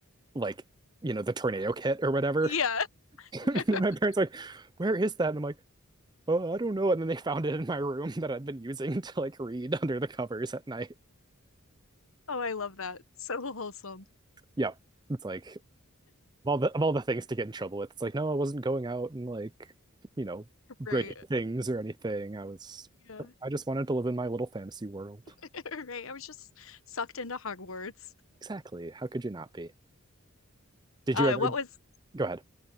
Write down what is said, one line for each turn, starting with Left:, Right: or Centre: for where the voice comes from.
Right: like you know the tornado kit or whatever.
Left: Yeah.
Right: <laughs>
Left: <laughs>
Right: My parents were like, "Where is that?" And I'm like, "Oh, I don't know." And then they found it in my room that I'd been using <laughs> to like read under the covers at night.
Left: Oh, I love that. So wholesome.
Right: Yep. It's like Of all the of all the things to get in trouble with. It's like, no, I wasn't going out and like, you know, breaking
Left: Right.
Right: things or anything. I was
Left: Yeah.
Right: I just wanted to live in my little fantasy world.
Left: <laughs> Right. I was just sucked into Hogwarts.
Right: Exactly. How could you not be? Did
Left: Uh,
Right: you ever
Left: what was
Right: go ahead?